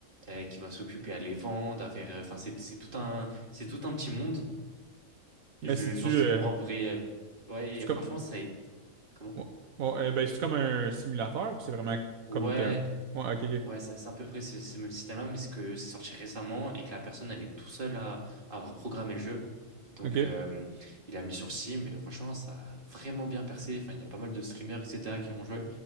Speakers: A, on the right; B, on the right.
A: euh, qui va s'occuper à les vendre, à faire. euh, Enfin, c'est c'est tout un, c'est tout un petit monde. Je,
B: Mais c'est-tu
A: je pense que
B: euh,
A: tu comprends à peu près. euh, ouais,
B: c'est-tu
A: et franchement,
B: comme.
A: ça a été. Comment?
B: Ouais, ouais, euh, ben, c'est comme un simulateur ou c'est vraiment
A: Ouais.
B: comme t'es un. Ouais, ok, ok.
A: Ouais, c'est c'est à peu près ce, ce même système-là, mais c'est que c'est sorti récemment et que la personne, elle est tout seule à, à avoir programmé le jeu. Donc,
B: Ok.
A: euh, il a mis sur Steam et franchement, ça a vraiment bien percé. Enfin, il y a pas mal de streamers, etc., qui ont joué.